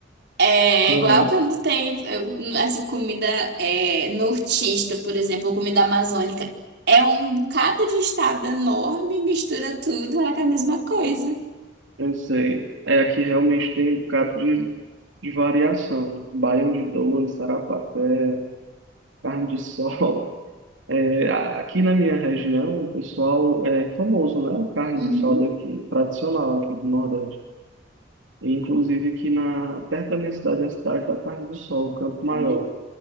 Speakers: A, on the right; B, on the right.
A: É
B: Aham,
A: igual quando tem, eu- assim, comida é, nortista, por exemplo, ou comida amazônica. É um bocado de estado enorme, mistura tudo, é a mesma coisa.
B: eu sei. É, aqui realmente tem um bocado de, de variação. né? Baião de dois, sarapatel, carne de sol. <laughs> É, a- aqui na minha região, o pessoal é famoso, né? Carne
A: Uhum.
B: de sol daqui, tradicional aqui do Nordeste. E, Inclusive aqui na, perto da minha cidade, a cidade da Carne do Sol, Campo Maior.
A: É,